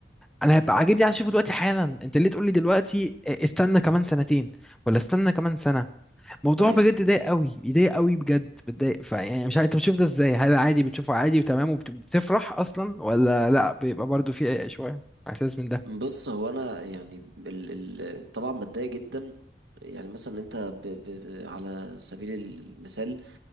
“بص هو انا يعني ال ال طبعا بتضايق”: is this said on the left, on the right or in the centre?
Right